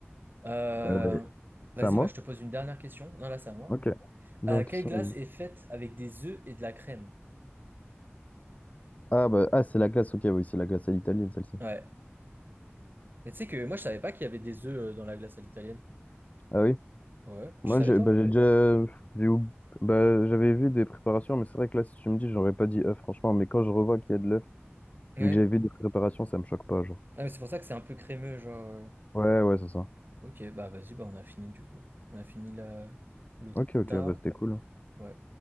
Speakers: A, on the right; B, on the left.
A: Euh,
B: Euh, c'est
A: Vas-y,
B: à moi?
A: bah, je te pose une dernière question. Non, là, c'est à moi.
B: Ok. Donc,
A: Euh, quelle
B: ils sont-
A: glace est faite avec des œufs et de la crème?
B: Ah, bah, ah c'est la glace, ok, oui, c'est la glace à l'italienne, celle-ci.
A: Ouais. Mais tu sais que moi, je savais pas qu'il y avait des œufs euh, dans la glace à l'italienne.
B: Ah oui,
A: Ouais. Tu
B: Moi,
A: savais,
B: j'ai
A: toi?
B: bah, j'ai déjà j'ai oub- bah, j'avais vu des préparations, mais c'est vrai que là, si tu me dis, j'aurais pas dit œuf, franchement. Mais quand je revois qu'il y a de l'œuf,
A: Ouais.
B: vu que j'avais vu des préparations, ça me choque pas, genre.
A: Ah, mais c'est pour ça que c'est un peu crémeux, genre. euh.
B: Ouais, ouais, c'est ça.
A: Ok, bah vas-y, bah on a fini du coup. On a fini la... le
B: Ok, ok,
A: tas.
B: bah c'était cool.
A: Ouais.